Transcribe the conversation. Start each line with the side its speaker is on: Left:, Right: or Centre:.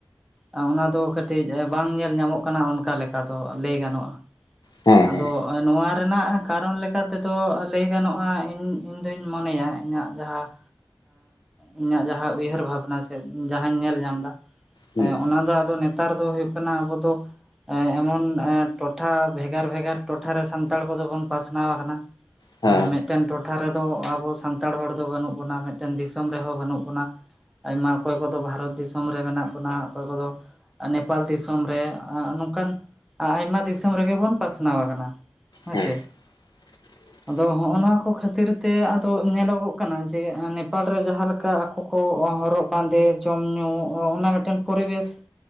Centre: ᱚᱱᱟ ᱫᱚ ᱠᱟᱹᱴᱤᱡ ᱵᱟᱝ ᱧᱮᱞ ᱧᱟᱢᱚᱜ ᱠᱟᱱᱟᱼᱼ ᱠᱟᱱᱟ ᱚᱱᱠᱟ ᱞᱮᱠᱟ ᱫᱚ ᱞᱟᱹᱭ ᱜᱟᱱᱚᱜᱼᱟ
Left: ᱦᱮᱸ
Centre: ᱟᱫᱚᱼᱼ
Left: ᱦᱮᱸ
Centre: ᱱᱚᱣᱟ ᱨᱮᱱᱟᱜ ᱠᱟᱨᱚᱱ ᱞᱮᱠᱟ ᱛᱮᱫᱚ ᱞᱟᱹᱭ ᱜᱟᱱᱚᱜᱼᱟ ᱤᱧ ᱤᱧ ᱫᱩᱧ ᱢᱚᱱᱮᱭᱟ ᱤᱧᱟᱹᱜ ᱡᱟᱦᱟᱸ ᱤᱧᱟᱹᱜ ᱡᱟᱦᱟᱸ ᱩᱭᱦᱟᱹᱨ ᱵᱷᱟᱵᱽᱱᱟ ᱥᱮ ᱡᱟᱦᱟᱧ ᱧᱮᱞ ᱧᱟᱢ ᱮᱫᱟ
Left: ᱦᱩᱸ
Centre: ᱚᱱᱟ ᱫᱚ ᱟ ᱱᱮᱛᱟᱨ ᱫᱚ ᱦᱩᱭᱩᱜ ᱠᱟᱱᱟ ᱟᱵᱚ ᱫᱚᱼᱼ ᱮᱢᱚᱱ ᱴᱚᱴᱷᱟ ᱵᱷᱮᱜᱟᱨ ᱵᱷᱮᱜᱟᱨ ᱴᱚᱴᱷᱟᱨᱮ ᱥᱟᱱᱛᱟᱲ ᱠᱚᱫᱚ ᱵᱚᱱ ᱯᱟᱥᱱᱟᱣ ᱟᱠᱟᱱᱟ᱾
Left: ᱦᱮᱸ
Centre: ᱢᱤᱫᱴᱮᱱ ᱴᱚᱴᱷᱟ ᱨᱮᱫᱚ ᱟᱵᱚ ᱥᱟᱱᱛᱟᱲ ᱦᱚᱲ ᱫᱚ ᱵᱟᱹᱱᱩᱜ ᱵᱚᱱᱟ ᱢᱤᱫᱴᱮᱱ ᱫᱤᱥᱚᱢ ᱨᱮᱦᱚᱸ ᱵᱟᱹᱱᱩᱜ ᱵᱚᱱᱟ, ᱟᱭᱢᱟ ᱚᱠᱚᱭ ᱠᱚᱫᱚ ᱵᱷᱟᱨᱚᱛ ᱫᱤᱥᱚᱢ ᱨᱮ ᱢᱮᱱᱟᱜ ᱵᱚᱱᱟ ᱚᱠᱚᱭ ᱠᱚᱫᱚ ᱱᱮᱯᱟᱞ ᱫᱤᱥᱚᱢ ᱨᱮᱼᱼ ᱱᱚᱝᱠᱟᱱ ᱟᱭᱢᱟ ᱫᱤᱥᱚᱢ ᱨᱮᱜᱮ ᱵᱚᱱ ᱯᱟᱥᱱᱟᱣ ᱟᱠᱟᱱᱟ ᱦᱮᱸᱥᱮ
Left: ᱦᱮᱸ <inaudible>
Centre: ᱟᱫᱚ ᱦᱚᱜᱼᱚ ᱱᱚᱣᱟ ᱠᱚ ᱠᱷᱟᱹᱛᱤᱨ ᱛᱮ ᱟᱫᱚ ᱧᱮᱞᱚᱜᱚᱜ ᱠᱟᱱᱟ ᱡᱮ ᱱᱮᱯᱟᱞ ᱨᱮ ᱡᱟᱦᱟᱸᱮ ᱞᱮᱠᱟᱼᱼ ᱟᱠᱚ ᱠᱚ ᱦᱚᱨᱚᱜ ᱵᱟᱸᱫᱮ ᱡᱚᱢ ᱧᱩᱩ ᱚᱱᱟ ᱢᱤᱫᱴᱮᱱ ᱯᱚᱨᱤᱵᱮᱥᱼᱼ